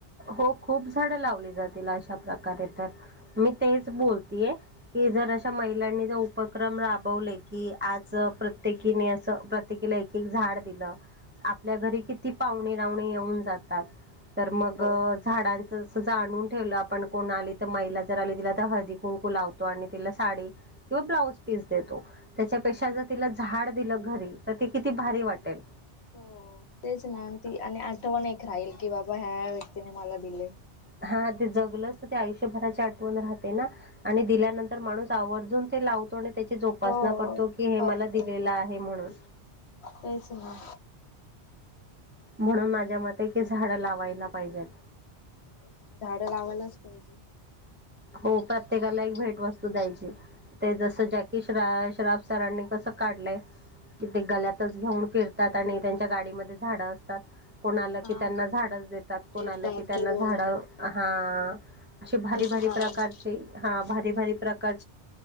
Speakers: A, on the right; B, on the left.
A: हो खूप झाड लावली जातील अशा प्रकारे तर मी तेच बोलतीय. कि जर अशा महिलांनी ज उपक्रम राबवले की आज प्रत्येकीने असं प्रत्येकी. झाड दिलं आपल्या घरी किती पाहणे रावणी येऊन जातात तर
B: हो
A: मग. झाडांच अस जाणून ठेवलं आपण कोण आली तर महिला जर आली तिला तर हळदी कुंकू लावतो आणि तुम्ही तिला साडी किंवा ब्लाउज पीस देतो त्यापेक्षा तिला झाड दिल घरी तर ते. किती भारी वाटेल.
B: हो तेच ना ती आणि आठवण एक राहील की बाबा ह्या व्यक्तीने मला दिले.
A: हा ते जगल तर ते आयुष्यभराची आठवण राहते ना आणि दिल्यानंतर माणूस आवर्जून ते लाव. त्याची जोपासना
B: हो
A: करतो की हे
B: करतो
A: मला दिलेलं आहे म्हणून.
B: तेच ना
A: म्हणून माझ्या मते आहे की झाड लावायला पाहिजेत.
B: ते झाडं लावायलाच पाहिजे.
A: हो प्रत्येकाला एक भेटवस्तू द्यायची ते जसं जॅकी श श्राप सरांनी कसं काढलंय. कि ते गल्यातच घेऊन फिरतात आणि त्यांच्या गाडीमध्ये झाडं असतात. कोण आलं
B: हा
A: की त्यांना झाडच देतात कोण
B: देतात
A: आलं की त्यांना
B: हो
A: झाड हा अशी भारी
B: तसं
A: भारी
B: करायला
A: प्रकारचे हा भारी भारी प्रकार प्रकार